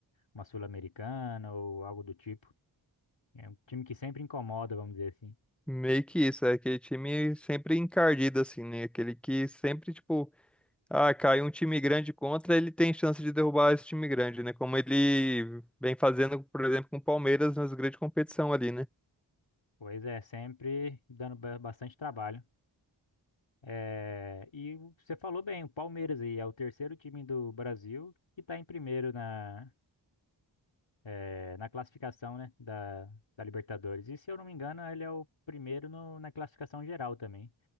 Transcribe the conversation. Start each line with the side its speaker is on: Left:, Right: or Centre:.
Left: uma Sul-Americana ou algo do tipo. É um time que sempre incomoda, vamos dizer assim.
Centre: Meio que isso, é aquele time sempre encardido assim, né? Aquele que sempre, tipo, Ah, cai um time grande contra, ele tem chance de derrubar esse time grande, né? Como ele vem fazendo, por exemplo, com o Palmeiras nas grandes competição ali, né?
Left: Pois é, sempre dando ba- bastante trabalho. É, e o- você falou bem, o Palmeiras aí é o terceiro time do Brasil que está em primeiro na, é, na classificação, né, da, da Libertadores. E se eu não me engano, ele é o primeiro no- na classificação geral também,